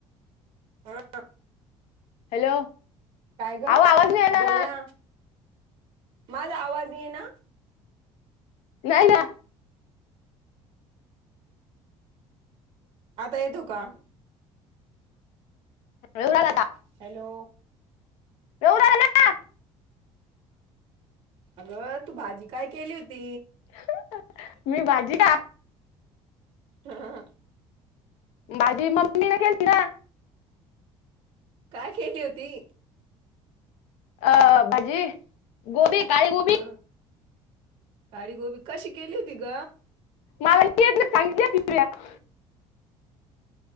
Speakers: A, on the right (about 50°); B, on the left (about 80°).
A: हॅलो
B: हॅलो
A: का ग
B: अहो आवाज नाही येणार
A: बोल ना माझा आवाज इना
B: नाही ना
A: आता येतो का
B: येऊ राहिला का
A: हॅलो
B: येऊ राहिला ना
A: अगं तु भाजी काय केली होती
B: ह ह मी भाजी का
A: ह ह.
B: माझी मम्मी केलती ना
A: काय केेली होती.
B: अ भजी गोबी ताय गोबी.
A: हा काळी गोबी कशी केली होती ग
B: मलाेत सांगित <unintelligible>